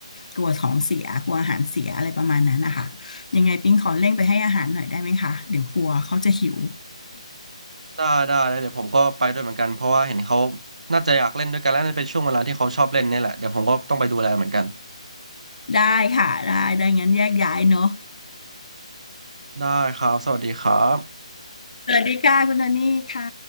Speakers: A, on the left; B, on the right.
A: กลัวของเสียกลัวอาหารเสียอะไรประมาณนั้นนะคะยังไงปิงขอเร่งไปให้อาหารหน่อยได้ไหมคะเดี๋ยวกลัวเขาจะหิว
B: ได้ได้แล้วเดี๋ยวผมก็ไปด้วยเหมือนกันเพราะว่าเห็นเขาน่าจะอยากเล่นด้วยกันแล้วน่าเป็นช่วงเวลาที่เขาชอบเล่นเนี่ยแหละเดี๋ยวผมก็ต้องไปดูแลเหมือนกัน
A: <laughs> ได้ค่ะได้ได้งั้นแยกย้ายเนอะ
B: ได้ครับสวัสดีครับ
A: <laughs> สวัสดีค่ะคุณโทนี่ค่ะ